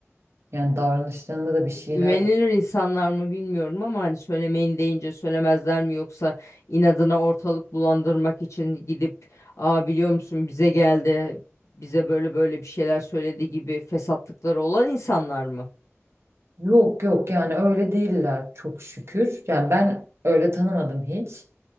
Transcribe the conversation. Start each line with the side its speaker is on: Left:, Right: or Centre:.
Right: Yani davranışlarında da bir şeyler
Left: Güvenilir insanlar mı bilmiyorum ama hani söylemeyin deyince söylemezler mi yoksa inadına ortalık bulandırmak için gidip aa biliyor musun bize geldi bize böyle böyle bir şeyler söyledi gibi fesatlıkları olan insanlar mı?
Right: Yok yok yani öyle değiller çok şükür. Yani ben öyle tanımadım hiç.